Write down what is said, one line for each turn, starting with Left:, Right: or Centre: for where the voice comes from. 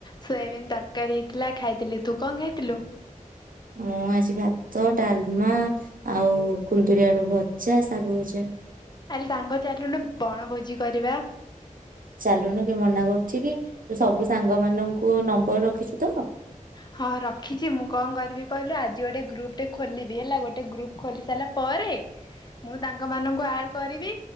Left: ସୋୟାବିନ୍ ତରକାରୀ ହେଇଥିଲା ଖାଇଥିଲି ତୁ କଣ ଖାଇଥିଲୁ?
Right: ମୁଁ ଆଜି ଭାତ ଡାଲମା ଆଉ କୁନ୍ଦୁରିଆଳୁ ଭଜା ଶାଗ ଭଜା।
Left: ଆରେ ସାଙ୍ଗ ଚାଲୁନୁ ବଣଭୋଜି କରିବା।
Right: ଚାଲୁନୁ କିଏ ମନା କରୁଛି କି ତୁ ସବୁ ସାଙ୍ଗମାନଙ୍କ ନମ୍ବର ରଖିଛୁ ତ?
Left: ହଁ ରଖିଛି ମୁଁ କଣ କରିବି କହିଲୁ ଆଜି ଗୋଟେ ଗ୍ରୁପଟେ ଖୋଲିବି ହେଲା ଗୋଟେ ଗ୍ରୁପ୍ ଖୋଲି ସାରିଲା ପରେ ମୁଁ ତାଙ୍କମାନଙ୍କୁ ଆଡ଼ କରିବି